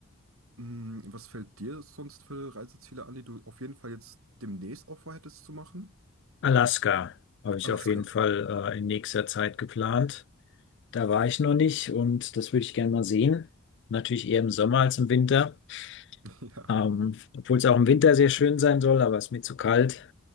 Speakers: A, on the right; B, on the left.
A: Hm, Was fällt dir sonst für Reiseziele an, die du auf jeden Fall jetzt demnächst auch vorhättest zu machen?
B: Alaska habe ich
A: Alaska.
B: auf jeden Fall äh, in nächster Zeit geplant. Da war ich noch nicht und das würde ich gerne mal sehen. Natürlich eher im Sommer als im Winter,
A: <laughs> Ja,
B: ähm, obwohl es auch im Winter sehr schön sein soll, aber es ist mir zu kalt.